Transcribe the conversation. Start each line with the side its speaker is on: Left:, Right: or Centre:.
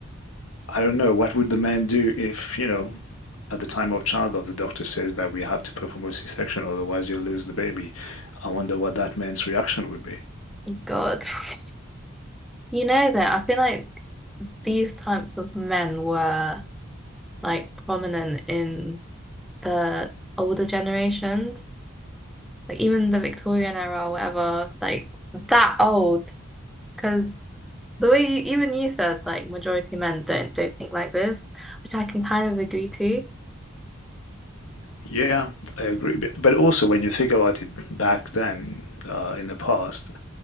Left: I don't know, what would the man do if, you know, at the time of childbirth, the doctor says that we have to perform a C-section, otherwise you'll lose the baby. I wonder what that man's reaction would be.
Centre: God. <laughs> You know that I feel like these types of men were like prominent in the older generations, like even the Victorian era or whatever, like that old. Because the way you, even you said, like majority men don't don't think like this, which I can kind of agree to.
Left: Yeah, I agree. But also, when you think about it back then, uh, in the past,